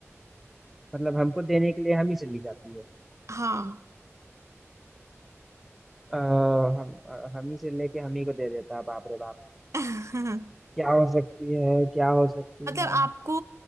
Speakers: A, in the centre; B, on the right (about 70°).
A: मतलब हमको देने के लिए हम ही चली जाती है
B: हाँ
A: अ, हम अ, हम ही से लेके हम ही को दे देता है बाप रे बाप
B: <laughs> मतलब
A: क्या हो सकती है क्या हो सकती है
B: आपको